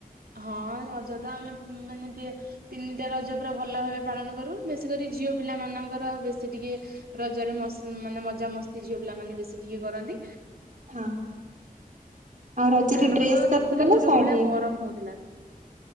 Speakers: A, on the right; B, on the right.
A: ହଁ ରଜ ଟା ଆମେ ମାନେ ଦିଏ ତିନିଟା ରଜ ପୁରା ଭଲ ଭାବେ ପାଳନ କରୁ। ବେଶୀ କରି ଝିଅ ପିଲା ମାନଙ୍କର ବେଶୀ ଟିକେ ରଜରେ ମସ ମଜା ମସ୍ତି ଝିଅ ପିଲାମାନେ ବେଶୀ ଟିକେ କରନ୍ତି।
B: ହଁ। ରଜରେ
A: ଆଉ ଆଗ
B: ଡ୍ରେସ୍
A: ତ
B: କରିଥିଲ
A: ଦେଖୁଚ
B: ନା ଶାଢୀ?
A: ଯୋଉ ଭଳିଆ ଗରମ ହଉଥିଲା।